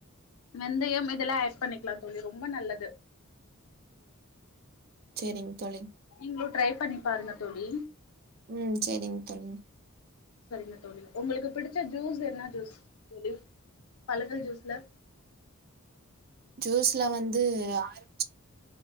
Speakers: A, on the left; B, on the right.
A: வெந்தயம் இதெல்லா ஆட் பண்ணிக்லா தோழி ரொம்ப நல்லது
B: செரிங் தோழி
A: நீங்ளு ட்ரை பண்ணி பாருங்க தோழி
B: ம் செரிங்க தோழி
A: சரிங்க தோழி உங்களுக்கு பிடிச்ச ஜூஸ் என்னா ஜூஸ் தோழி பழங்கள் ஜூஸ்ல
B: ஜூஸ்ல வந்து ஆரஞ்